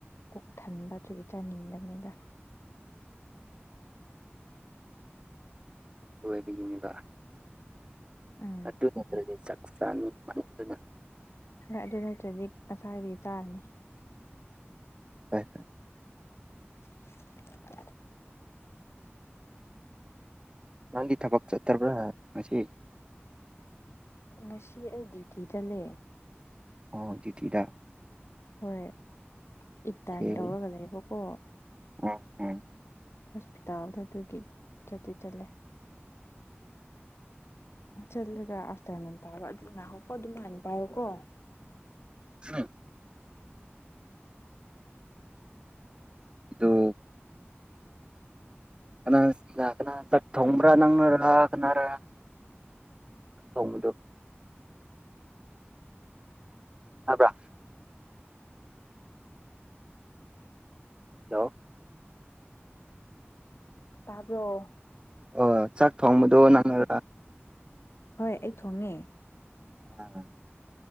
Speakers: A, on the left (about 75°); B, on the right (about 25°).
A: ꯄꯨꯛ ꯊꯟꯕ ꯑꯗꯨꯒꯤ ꯆꯥꯅꯤꯡꯗꯕꯅꯤꯗ
B: ꯑꯣꯏꯕꯤ ꯌꯦꯡꯉꯕ
A: ꯎꯝ
B: ꯑꯗꯨ ꯅꯠꯇ꯭ꯔꯗꯤ ꯆꯥꯛꯆꯥꯥ ꯃꯤ ꯃꯅꯨꯡꯗꯨꯅ
A: ꯍꯣꯏ ꯑꯗꯨ ꯅꯠꯇ꯭ꯔꯖꯤ ꯑꯁꯥꯏꯕꯤ ꯇꯥꯔꯅꯤ
B: ꯍ
A: <unintelligible>
B: ꯅꯥꯟꯗꯤ ꯊꯕꯛ ꯆꯠꯠꯇ꯭ꯔꯕ꯭ꯔꯥ ꯃꯁꯤꯁꯤ
A: ꯉꯁꯤ ꯑꯩ ꯗ꯭ꯌꯨꯇꯤ ꯆꯠꯂꯦ
B: ꯑꯣꯤꯗꯤꯤꯗ
A: ꯍꯣꯏ ꯏꯇꯥꯔꯟ
B: ꯑꯣꯀꯦ
A: ꯇꯧꯔꯒ ꯂꯩꯕꯀꯣ
B: ꯑꯣ ꯎꯝ
A: ꯍꯣꯁꯄꯤꯇꯥꯜ ꯑꯗꯨꯒꯤ ꯆꯗꯤꯤ ꯆꯠꯂꯦ ꯆꯠꯂꯦꯒ ꯑꯐꯇꯔꯅ ꯅ ꯇ ꯑꯗꯨ ꯑꯗꯨ ꯀ ꯑꯗꯨꯅꯅ ꯄꯣ ꯀꯣ
B: ꯍ ꯑꯗꯨ ꯀꯅꯥ ꯀꯅꯥ ꯆ ꯊꯣꯡꯕ꯭ꯔꯥ ꯅꯪꯅꯔ ꯀꯅꯥꯔ ꯊꯗꯣ ꯑꯕ ꯍꯜꯂꯣ
A: ꯇꯔꯕꯣ
B: ꯑꯣ ꯆꯥꯛ ꯊꯣꯡꯕꯗꯣ ꯅꯪꯅꯔ
A: ꯍꯣꯏ ꯑꯩ ꯊꯣꯡꯉꯦ
B: ꯑꯣ